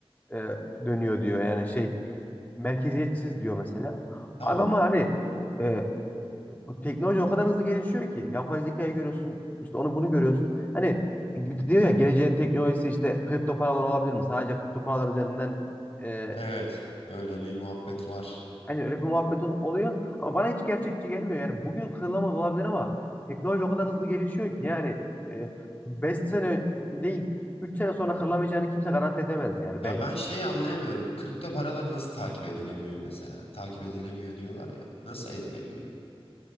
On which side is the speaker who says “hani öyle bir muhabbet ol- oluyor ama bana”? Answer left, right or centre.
Left